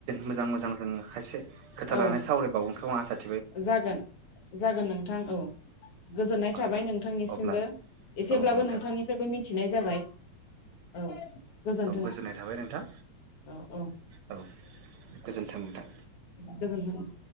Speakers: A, on the right; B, on the left.
A: मोजां मोजां जोङो खासे खोथा
B: औ
A: लानानै सावरायबावनो <unintelligible>
B: जागोन जागोन नोंथां औ गोजोननाय थाबाय
A: नोंथां
B: नोंथांनिसिमबो
A: अब्ला
B: एसेब्लाबो
A: औ नोंथां
B: नोंथांनिफ्रायबो मिथिनाय जाबाय औ गोजोन्थों
A: औ गोजोननाय थाबाय नोंथां
B: औ औ।
A: औ गोजोन्थों नोंथां
B: गोजोनथों